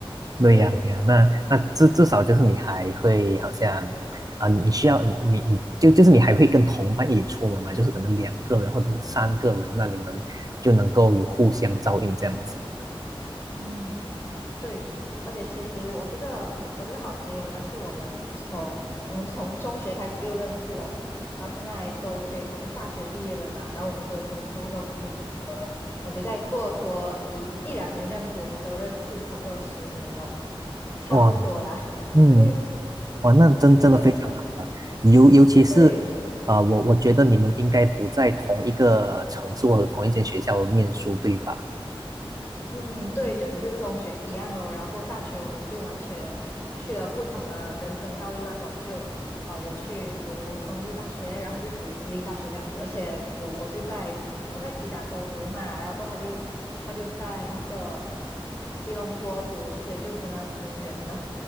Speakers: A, on the right (about 40°); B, on the left (about 25°).
A: 对呀，
B: 对，
A: 对呀，那那至至少就是你还会好像啊，你需要你你就就是你还会跟同伴一起出门嘛，就是可能两个人或者是三个人，那你们就能够有互相照应这样子。
B: 嗯。对，而且其实我这个我这个好朋友呢，是我们从我们从中学开始就认识了，然后现在都可以说是大学毕业了嘛，然后我们都已经差不多可以呃，感觉再过多一一两年这样子，我们都认识差不多十年咯，差不多啦，
A: 哇，
B: <laughs>
A: 嗯，
B: 对，
A: 哇，那真真的非常好啊，
B: 就很
A: 尤尤其是
B: 对。
A: 啊，我我觉得你们应该不在同一个城市或者同一间学校念书，对吧？
B: 嗯，对，就只是中学一样咯，然后过大学我们就完全呃去了不同的人生道路那种，就呃我去读公立大学，然后他去读私立大学这样子，而且我我就在我在吉打州读嘛，然后过后他就他就在那个呃吉隆坡读，所以就真的挺远的，